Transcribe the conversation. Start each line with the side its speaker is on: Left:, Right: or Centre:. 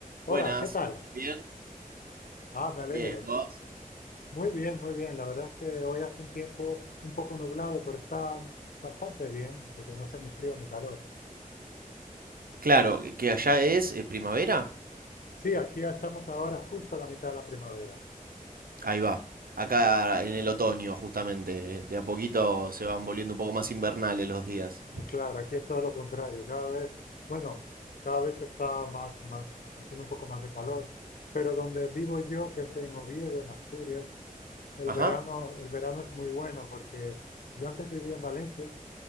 Left: Hola,
Right: Buenas,
Left: ¿qué tal?
Right: ¿me escuchas bien?
Left: Ah, me alegro.
Right: Bien, ¿vos?
Left: Muy bien, muy bien. La verdad es que hoy hace un tiempo un poco nublado, pero está bastante bien porque no hace ni frío ni calor.
Right: Claro, que allá es eh, primavera.
Left: Sí, aquí ya estamos ahora justo a la mitad de la primavera.
Right: Ahí va. Acá en el otoño, justamente. eh, De a poquito se van volviendo un poco más invernales los días.
Left: Eh, claro, aquí es todo lo contrario. Cada vez, bueno, cada vez está más, más, haciendo un poco más de calor. Pero donde vivo yo, que es en Oviedo, en Asturias, el
Right: Ajá,
Left: verano, el verano es muy bueno porque yo antes vivía en Valencia